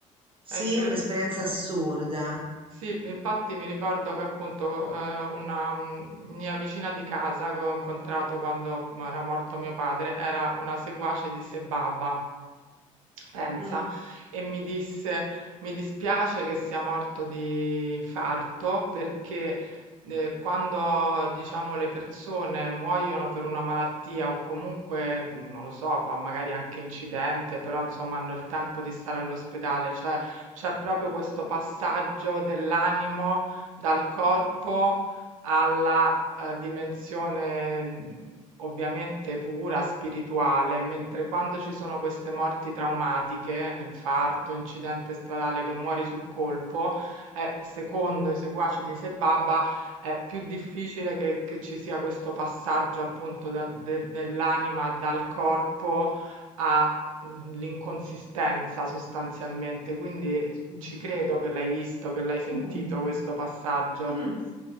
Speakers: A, on the right; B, on the right.
A: sì,
B: è impre-
A: un'esperienza assurda.
B: sì, infatti mi ricordo che appunto eh, una mm, mia vicina di casa che ho incontrato quando era morto mio padre era una seguace di Sebaba. Pensa,
A: Mm,
B: e mi disse: Mi dispiace che sia morto di infarto perché eh, quando diciamo le persone muoiono per una malattia o comunque mh, non lo so, ma magari anche incidente, però insomma hanno il tempo di stare all'ospedale, cioè c'è proprio questo passaggio dell'animo dal corpo alla eh, dimensione ovviamente pura, spirituale, mentre quando ci sono queste morti traumatiche, infarto, incidente stradale che muori sul colpo, eh, secondo
A: mm,
B: i seguaci di Sebaba è più difficile che, che ci sia questo passaggio appunto da- de- dell'anima dal corpo all'inconsistenza sostanzialmente. Quindi
A: mm,
B: ci credo che l'hai visto, che l'hai sentito
A: mm.
B: questo passaggio.
A: mm.